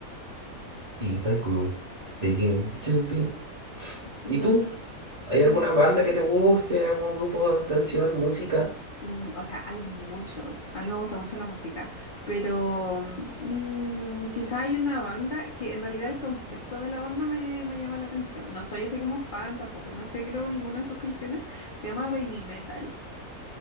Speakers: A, on the right; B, on the left.
A: If I could begin to be.
B: No.
A: ¿Y tú?
B: l-
A: ¿Hay
B: mm,
A: alguna banda que te guste? ¿Algún grupo, canción, música?
B: Mm, o sea, hay muchos. A mí me gusta mucho la música, pero mm, quizá hay una banda que en realidad el concepto de la banda me, me llama la atención. No soy así como fan, tampoco me sé creo ninguna de sus canciones. Se llama Baby Metal.